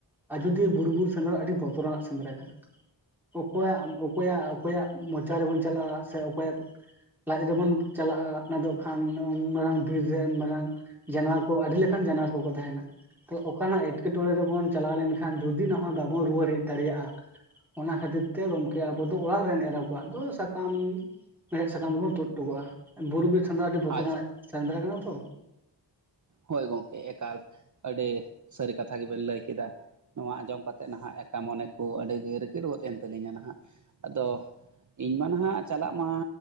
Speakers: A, in the centre; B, on the right.
A: ᱟᱡᱚᱫᱤᱭᱟᱹ ᱵᱩᱨᱩ ᱵᱤᱨ ᱥᱮᱸᱫᱽᱨᱟ ᱟᱹᱰᱤ ᱵᱚᱛᱚᱨ ᱟᱱᱟᱜ ᱥᱮᱸᱫᱽᱨᱟ ᱠᱟᱱᱟ, ᱚᱠᱚᱭᱟᱜ, ᱚᱠᱚᱭᱟᱜ, ᱚᱠᱚᱭᱟᱜ ᱢᱚᱪᱟ ᱨᱮᱵᱚᱱ ᱪᱟᱞᱟᱣᱟ ᱥᱮ ᱚᱠᱚᱭᱟᱜ ᱞᱟᱡ ᱨᱮᱵᱚᱱ ᱪᱟᱞᱟᱜ-ᱟ ᱚᱱᱟ ᱫᱚ ᱠᱷᱟᱱ ᱩᱱ ᱢᱟᱨᱟᱝ ᱵᱤᱨ ᱨᱮ ᱢᱟᱨᱟᱝ ᱡᱟᱱᱣᱟᱨ ᱠᱚ ᱟᱹᱰᱤ ᱞᱮᱠᱟᱱ ᱡᱟᱱᱣᱟᱨ ᱠᱚᱠᱚ ᱛᱟᱦᱮᱱᱟ᱾ ᱛᱚ ᱚᱠᱟᱱᱟᱜ ᱮᱸᱴᱠᱮᱴᱚᱬᱮ ᱨᱮᱵᱚᱱ ᱪᱟᱞᱟᱣ ᱞᱮᱱᱠᱷᱟᱱ ᱡᱩᱫᱤ ᱱᱮᱦᱚᱸ ᱵᱟᱵᱚᱱ ᱨᱩᱣᱟᱹᱲ ᱦᱮᱡ ᱫᱟᱲᱮᱭᱟᱜ-ᱟ, ᱚᱱᱟ ᱠᱷᱟᱹᱛᱤᱨ ᱛᱮ ᱜᱚᱢᱠᱮ ᱟᱵᱚ ᱫᱚ ᱚᱲᱟᱜ ᱨᱮᱱ ᱮᱨᱟ ᱟᱵ- ᱠᱚᱣᱟᱜ ᱫᱚ ᱥᱟᱠᱟᱢ ᱢᱮᱲᱦᱮᱫ ᱥᱟᱠᱟᱢ ᱫᱚ ᱵᱚᱱ ᱛᱩᱫ ᱚᱴᱚᱠᱚᱜ-ᱟ᱾ ᱵᱩᱨᱩ ᱵᱤᱨ ᱥᱮᱸᱽᱫᱨᱟ ᱟᱹᱰᱤ ᱵᱚᱛᱚᱨᱟᱜ
B: ᱟᱪᱪᱷᱟ
A: ᱥᱮᱸᱫᱽᱨᱟ ᱠᱟᱱᱟ ᱛᱚ᱾
B: ᱦᱳᱭ ᱜᱚᱝᱠᱮ ᱮᱠᱟᱞ ᱟᱹᱰᱤ ᱥᱟᱹᱨᱤ ᱠᱟᱛᱷᱟ ᱜᱮᱵᱮᱱ ᱞᱟᱹᱭ ᱠᱮᱫᱟ᱾ ᱱᱚᱣᱟ ᱟᱸᱡᱚᱢ ᱠᱟᱛᱮᱫ ᱱᱟᱦᱟᱜ ᱮᱠᱟ ᱢᱚᱱᱮ ᱠᱚ ᱟᱹᱰᱤ ᱜᱮ ᱨᱤᱠᱤᱲ ᱜᱚᱫ ᱮᱱ ᱛᱟᱹᱞᱤᱧᱟ ᱱᱟᱦᱟᱜ᱾ ᱟᱫᱚ ᱤᱧ ᱢᱟ ᱱᱟᱦᱟᱜ ᱪᱟᱞᱟᱜ ᱢᱟ